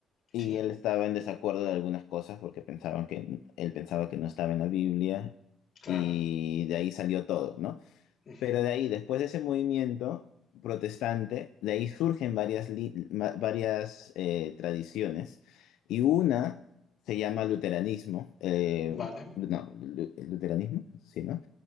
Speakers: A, on the left; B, on the left.
A: Y
B: sí,
A: él estaba en desacuerdo de algunas cosas porque pensaban que él pensaba que no estaba en la Biblia
B: claro.
A: y de ahí salió todo, ¿no?
B: ujú,
A: Pero de ahí, después de ese movimiento protestante, de ahí surgen varias, li- ma- varias eh, tradiciones y una se llama luteranismo, eh,
B: Vale.
A: no, lu- luteranismo, sí, ¿no?